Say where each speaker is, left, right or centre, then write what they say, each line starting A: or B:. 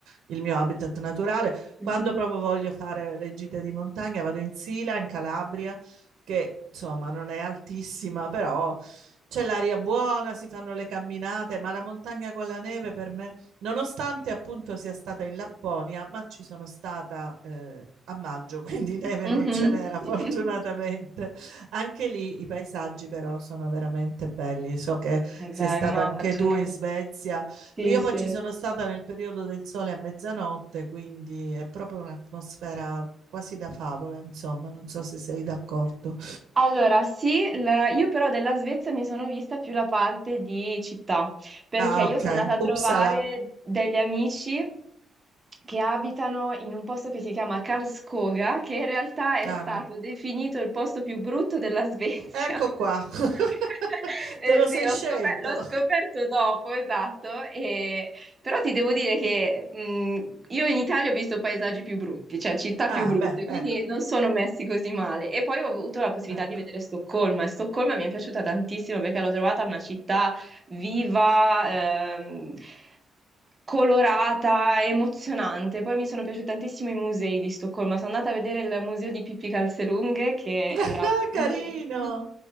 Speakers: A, on the right; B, on the right.
A: il mio habitat naturale.
B: Mhm.
A: Quando proprio voglio fare le gite di montagna, vado in Sila, in Calabria, che insomma non è altissima, però c'è l'aria buona, si fanno le camminate, ma la montagna con la neve per me Nonostante appunto sia stata in Lapponia, ma ci sono stata eh, a maggio, <laughs> quindi neve
B: Mhm.
A: non ce n'era
B: <laughs>
A: fortunatamente. Anche lì i paesaggi però sono veramente belli. So che
B: Eh
A: sei
B: beh,
A: stata
B: immagino.
A: anche tu in Svezia.
B: Sì,
A: Io
B: sì.
A: poi ci sono stata nel periodo del sole a mezzanotte, quindi è proprio un'atmosfera quasi da favola, insomma, non so se sei d'accordo.
B: Allora, sì, la- io però della Svezia mi sono vista più la parte di città, perché
A: Ah,
B: io
A: ok.
B: sono andata a
A: Uppsala.
B: trovare degli amici che abitano in un posto che si chiama Karlskoga, che in realtà è
A: Ah,
B: stato
A: no.
B: definito il posto più brutto della Svezia.
A: Ecco
B: <laughs>
A: qua. <laughs>
B: Eh,
A: Te lo sei
B: sì, l'ho
A: scelto.
B: scop- l'ho scoperto dopo, esatto, e- però ti devo dire che mh, io in Italia ho visto paesaggi più brutti, cioè città
A: Ah
B: più brutte,
A: beh,
B: quindi
A: ecco,
B: non sono messi così male. E poi ho avuto la possibilità
A: ecco.
B: di vedere Stoccolma e Stoccolma mi è piaciuta tantissimo perché l'ho trovata una città viva, ehm, colorata, emozionante. Poi mi sono piaciuti tantissimo i musei di Stoccolma. Sono andata a vedere il museo di Pippi Calzelunghe, che
A: <laughs>
B: era un
A: Carino.
B: obiettivo